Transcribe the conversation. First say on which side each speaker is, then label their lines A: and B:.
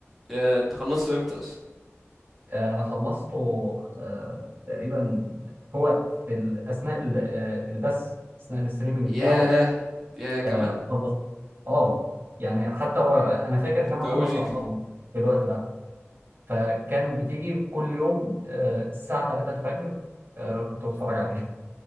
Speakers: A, in the centre; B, on the right.
A: يا تخلصته امتى اصلا
B: فانا خلصته آه، تقريبا هو في ال- اثناء ال- آه، البث اثناء الاستريمنج
A: ياه
B: بتاعه
A: يا كمان
B: آه، خلصت اه يعني حتى هو انا فاكر ان
A: ده انت
B: احنا
A: اوجي
B: كنا في رمضان في الوقت ده فكان بتيجي كل يوم آه، الساعه 3 الفجر آه، كنت بتفرج عليها